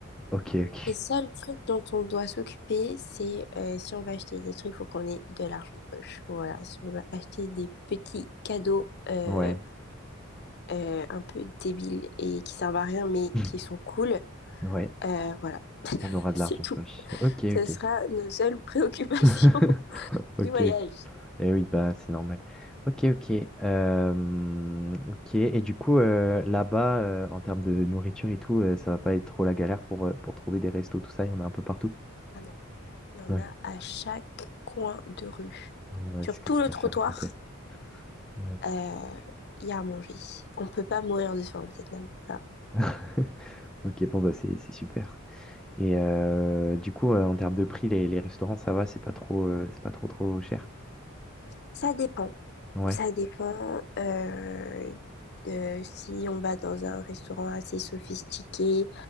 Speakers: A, in the centre; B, on the left.
A: Ok, ok,
B: Les seuls trucs dont on doit s'occuper, c'est euh, si on va acheter des trucs, il faut qu'on ait de l'argent de poche. Voilà, si on veut acheter des petits cadeaux euh,
A: <laughs> ouais,
B: euh, un peu débiles et qui servent à rien, mais
A: <laughs>
B: qui sont cool,
A: ouais,
B: euh, voilà,
A: on aura de
B: c'est
A: l'argent
B: tout.
A: de poche. Ok, ok,
B: Ce sera nos seules préoccupations
A: <laughs>
B: <laughs>
A: ok,
B: du voyage.
A: ok. Eh oui, bah, c'est normal. Ok, ok. euh, ok. Et du coup, euh, là-bas, euh, en termes de nourriture et tout, euh, ça va pas être trop la galère pour, euh, pour trouver des restos, tout ça, il y en a un peu partout.
B: Ah non. Il y en
A: Ouais,
B: a à chaque coin de rue.
A: ouais,
B: Sur
A: c'est ce
B: tout
A: que tu
B: le
A: m'as
B: trottoir,
A: fait raconter. Ouais.
B: euh, il y a à manger. On peut pas mourir de faim au Vietnam. Ça,
A: <laughs> Ok, bon, bah, c'est c'est super. Et euh, du coup, euh, en termes de prix, les, les restaurants, ça va, c'est pas trop, euh, c'est pas trop, trop cher.
B: ça dépend.
A: Ouais.
B: Ça dépend euh, de si on va dans un restaurant assez sophistiqué,